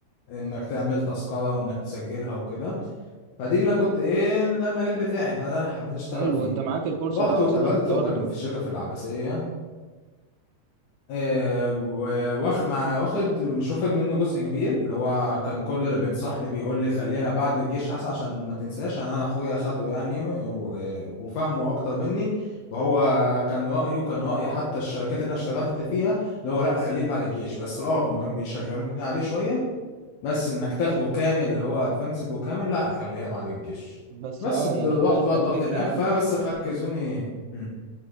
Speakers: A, on the left; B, on the right.
A: انك تعمل تذكرة وانك تسجلها وكده فدي اللي أنا كنت ايه ده المجال بتاعي فده اللي أنا حبيت اشتغل
B: حلو
A: فيه
B: أنت معاك الكورس
A: رحت
B: ده
A: واتقابلت
B: أصلا أنت واخده؟
A: وكان في شركة في العباسية آه، و- واخ- مع واخد مش واخد منه جزء كبير اللي هو كان كل اللي بينصحني بيقول لي خليها بعد الجيش احسن عشان ما تنساش عشان انا اخويا خده يعني و- وفهمه اكتر مني وهو كان رايه كان راي حتى الشركات اللي انا اشتغلت فيها اللي هو لا خليه بعد الجيش بس اه هم كانوا بيشغلوني عليه شويه بس انك تاخده كامل اللي هو ادفانسد وكامل لا خليها بعد الجيش
B: بس
A: بس
B: أه
A: بت-
B: يعني
A: رحت
B: أنت عندك
A: بقى ضربت
B: فكرة
A: هناك
B: عنه
A: فبس
B: يعني
A: ركزوني مم.